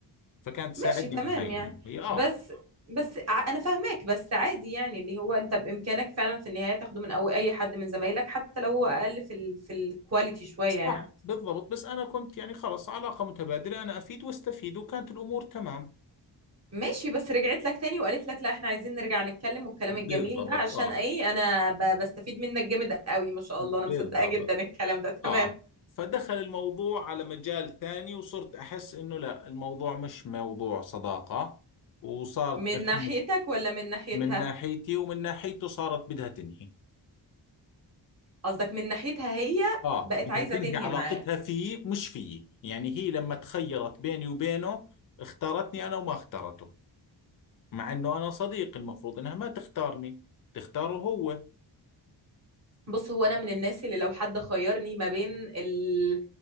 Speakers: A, on the left; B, on the right.
A: فكانت تساعدني
B: ماشي تمام
A: من هاي
B: يعني
A: الناحيه اه
B: بس بس ع- انا فاهماك بس عادي يعني اللي هو انت بامكانك فعلا في النهاية تاخده من أو اي حد من زمايلك حتى لو هو اقل في ال في الكواليتي شوية
A: صح
B: يعني
A: بالضبط بس أنا كنت يعني خلص علاقة متبادلة أنا أفيد واستفيد وكانت الأمور تمام
B: ماشي بس رجعت لك تاني وقالت لك لا احنا عايزين نرجع نتكلم والكلام
A: بالضبط
B: الجميل ده عشان
A: اه
B: ايه انا ب- بستفيد منك جامد قوي ما شاء
A: بالضبط
B: الله انا مصدقة جدا الكلام ده تمام
A: آه فدخل الموضوع على مجال ثاني وصرت أحس إنه لا الموضوع مش موضوع صداقة وصارت
B: من
A: تدخلني
B: ناحيتك ولا من ناحيتها
A: من ناحيتي ومن ناحيته صارت بدها تنهي
B: قصدك من ناحيتها هي
A: آه
B: بقت
A: بدها
B: عايزة
A: تنهي
B: تنهي
A: علاقتها
B: معاه
A: فيه مش فيي يعني هي لما تخيرت بيني وبينه اختارتني أنا وما اختارته مع انه انا صديق المفروض انها ما تختارني تختاره هو
B: بص هو انا من الناس اللي لو حد خيرني ما بين ال...